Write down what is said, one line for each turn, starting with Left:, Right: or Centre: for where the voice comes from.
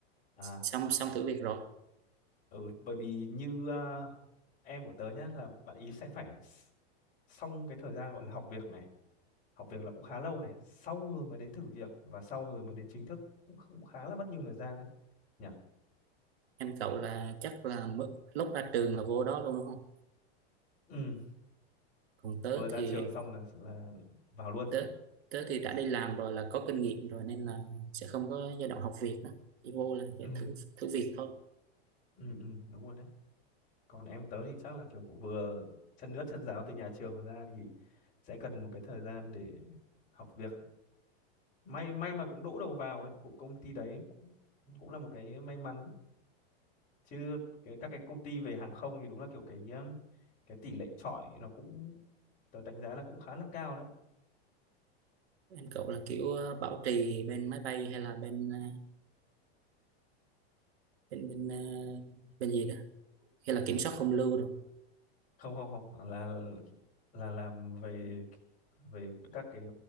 Left: à
Right: xong xong thử việc rồi
Left: ừ bởi vì như à, em của tớ nhá là bạn ý sẽ phải s- xong cái thời gian gọi là học việc này, học việc là cũng khá lâu này, sau rồi mới đến thử việc và sau rồi mới đến chính thức cũng cũng khá là mất nhiều thời gian đấy nhỉ.
Right: em cậu là chắc là mới- lúc ra trường là vô đó luôn đúng không
Left: Ừ,
Right: còn
Left: vừa
Right: tớ
Left: ra
Right: thì
Left: trường xong là là vào luôn.
Right: tớ tớ thì đã đi làm rồi là có kinh nghiệm rồi nên là sẽ không có giai đoạn học việc nữa chỉ vô là
Left: Ừ,
Right: sẽ thử thử việc thôi
Left: ừ, ừ đúng rồi đấy. còn em tớ thì chắc là kiểu vừa chân ướt chân ráo từ nhà trường ra thì sẽ cần một cái thời gian để học việc may may mà cũng đỗ đầu vào ấy của công ty đấy cũng cũng là một cái may mắn chứ cái, các cái công ty về hàng không thì đúng là kiểu cái um, cái tỷ lệ chọi nó cũng tớ đánh giá là cũng khá là cao đấy
Right: em cậu là kiểu ờ, bảo trì bên máy bay hay là bên ờ, bên bên ờ, bên gì đó hay là kiểm soát không lưu rồi
Left: không không không là là làm về về các cái